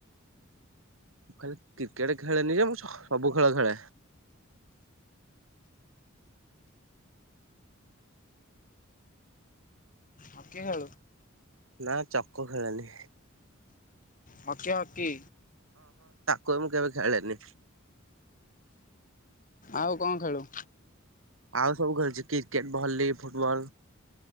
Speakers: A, on the right; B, on the left.
A: ଖାଲି କ୍ରିକେଟ ଖେଳେନି ଯେ ମୁଁ ସବୁ ଖେଳ ଖେଳେ
B: ଆ କେ ହେ
A: ନା ଚକ ଖେଳଣିି
B: ହକି, ହକି।
A: କେ ମୁ କେବେ ଖେଳନି।
B: ଆଉ କଣ ଖେଳୁ?
A: ଆଉ ସବୁ ଖେଳୁଛି କ୍ରିକେଟ ଭଲି ଫୁଟବଲ